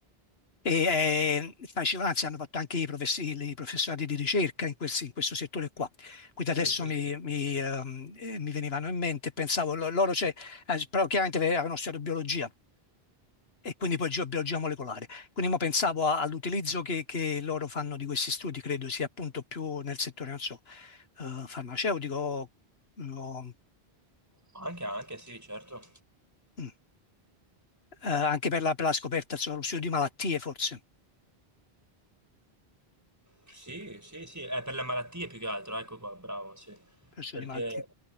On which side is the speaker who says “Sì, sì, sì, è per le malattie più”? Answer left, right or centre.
Right